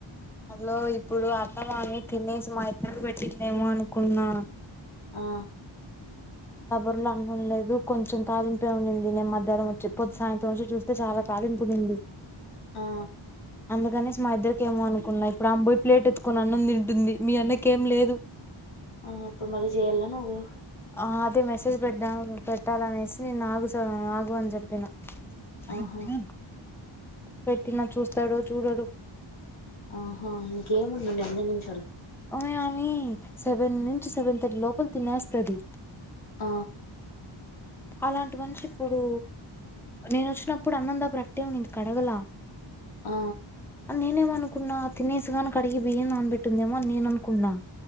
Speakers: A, in the centre; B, on the left.
A: అందులో ఇప్పుడు అన్నం అని తినేసి మా ఇద్దరికి పెట్టిదేమో అనుకున్నా
B: ఆ
A: కబర్లు అనుండలేదు కొంచెం కాలింపే ఉంనింది నేను మధ్యాహ్నం వచ్చి పొద్ సాయంత్రం వచ్చి చూస్తే చాలా తాలింపునింది
B: ఆ
A: అందుకనేసి మా ఇద్దరికి ఏమో అనుకున్నా ఇప్పుడు అంబోయి ప్లేట్ ఎత్తుకొని అన్నం తింటుంది మీ అన్నకేం లేదు
B: ఆ ఇప్పుడు మళ్ళీ చేయాల్నా నువ్వు
A: ఆ అదే మెసేజ్ పెట్ట పెట్టాలనేసి నేను ఆగు సో ఆగు అని చెప్పిన దబ్
B: ఆహా
A: పెట్టిన చూస్తాడో చూడడు
B: ఆహా ఇంకేముండండి రెండే నిమ్
A: ఒమే ఓమి సెవెన్ నుంచి సెవెన్ థర్టీ లోపల తినేస్తది
B: ఆ
A: అలాంటి మనిషి ఇప్పుడు నేను వచ్చినప్పుడు అన్నందా బ్లీడ్డే ఉన్నింది కడగలా
B: ఆ
A: నేనేమనుకున్నా తినేసిగాని కడిగి బియ్యం నానబెట్టిందేమోఅని నేను అనుకున్నా